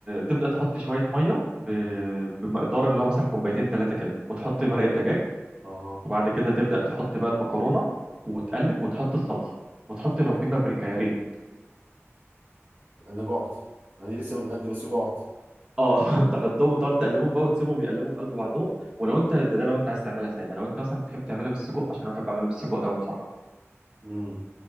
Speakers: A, on the right (about 20°); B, on the right (about 45°).
A: تبدا تحط شويه ميه ب...
B: مم.
A: بمقدار اللي هو مثلا كوبايتين ثلاثه كده وتحط مرقه دجاج
B: اه
A: وبعد كده تبدا تحط بقى المكرونه وتقلب وتحط الصلصه وتحط لو في بابريكا يا ريت
B: انا جعت يعني لسه متغدي بس جعت
A: اه <laughs> تحطهم تقعد تقلبهم بقى وتسيبهم يقلبوا في قلب بعضهم ولو انت ده, ده لو انت عايز تعملها ساده لو انت مثلا بتحب تعملها بالسجق عشان انا بحب اعملها بالسجق قوي بصراحه
B: مم.